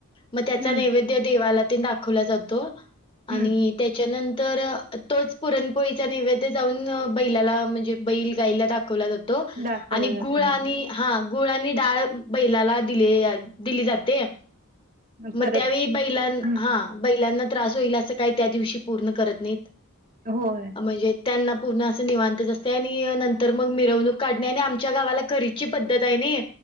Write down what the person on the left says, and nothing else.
म त्याचा
नैवेद्य देवाला तिनं दाखवला जातो
आणि त्याच्यानंतर तोच पुरणपोळीचा नैवेद जाऊन बैलाला म्हणजे बैल गाईला दाखवला जातो
आणि
गुळ आणि हा गुळ आणि डाळ बैलाला दिले दिली जाते. म
त्यावेळी बैलां
हा बैलांना त्रास होईल असं काय त्या दिवशी पूर्ण करत नाहीत.
म्हणजे त्यांना पूर्ण असं निवांतच असतय आणि नंतर म मिरवणूक काढणे आणि आमच्या गावाला करीची पद्धत आय नई